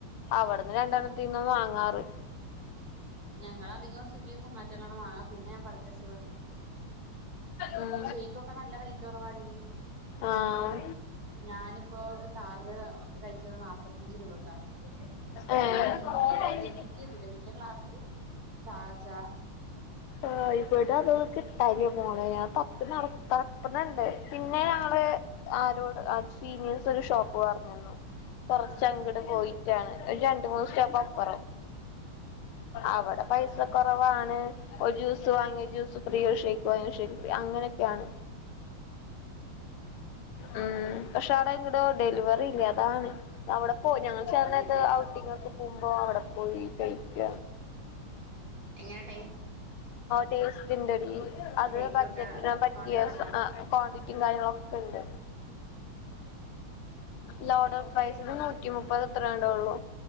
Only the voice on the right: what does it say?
ഞങ്ങളധികം സ്വിഗ്ഗി സോമറ്റോ വാങ്ങുക പിന്നെ ഞാൻ പറഞ്ഞ
<unintelligible> ഷെയ്ക്കൊക്കെ നല്ല റേറ്റ് കുറവാടി
ഞാനിപ്പോ ശാർജ കഴിച്ചത് നാല്പത്തഞ്ച് രൂപക്ക
വല്യ വലിയതില് വല്യ ക്ലാസ് ഷാർജാ-
എങ്ങനെ
ഷെയ്ക്കൊക്കെ
കോണ്ടേറ്റ്